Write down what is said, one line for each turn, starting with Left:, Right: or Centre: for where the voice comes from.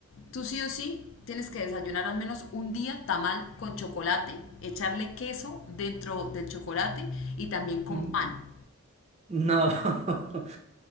Left: Tú sí o sí tienes que desayunar al menos un día tamal con chocolate, echarle queso dentro del chocolate y también con
Right: Mm,
Left: pan.
Right: No, <laughs>